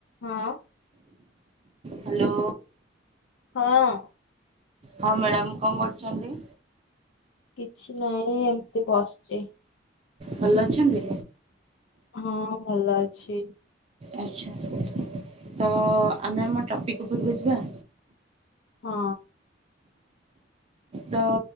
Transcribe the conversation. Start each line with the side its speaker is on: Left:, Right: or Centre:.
Left: ହଁ।
Right: ହାଲୋ।
Left: ହଁ।
Right: ହଁ ମ୍ୟାଡାମ କଣ କରୁଛନ୍ତି?
Left: କିଛି ନାଇଁ ଏମତି ବସଚି।
Right: ଭଲ ଅଛନ୍ତି?
Left: ହଁ ଭଲ ଅଛି।
Right: ଆଚ୍ଛା ତ ଆମେ ଆମ ଟପିକ୍ ଉପରୁକୁ ଯିବା?
Left: ହଁ।
Right: ତ